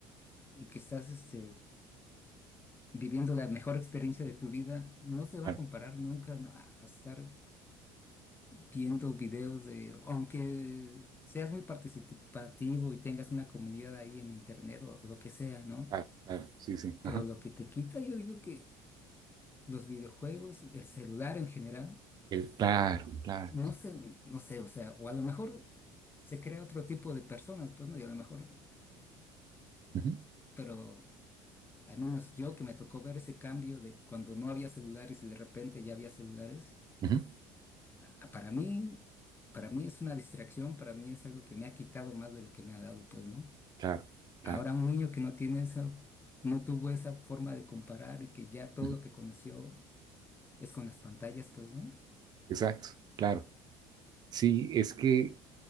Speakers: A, on the left; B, on the right.
A: y que estás este, viviendo la mejor experiencia de tu vida, no se
B: claro,
A: va a comparar
B: claro,
A: nunca ¿no? a, a estar viendo videos de, aunque seas muy participativo y tengas una comunidad ahí en internet o, o lo que sea, ¿no?
B: claro, claro, sí, sí,
A: Pero
B: ajá.
A: lo que te quita, yo digo que los videojuegos, el celular en general,
B: El- claro, claro.
A: no sé, no sé, o sea, o a lo mejor se crea otro tipo de personas, pues, ¿no? Y a lo mejor,
B: Ujú,
A: pero... Al menos yo que me tocó ver ese cambio de cuando no había celulares y de repente ya había celulares,
B: ujú,
A: Ah, Para mí, para mí es una distracción, para mí es algo que me ha quitado más de lo que me ha dado, pues, ¿no?
B: claro, claro.
A: Ahora un niño que no tiene esa, no tuvo esa forma de comparar y que ya todo
B: ujú,
A: lo que conoció es con las pantallas, pues, ¿no?
B: Exacto, claro. Sí, es que,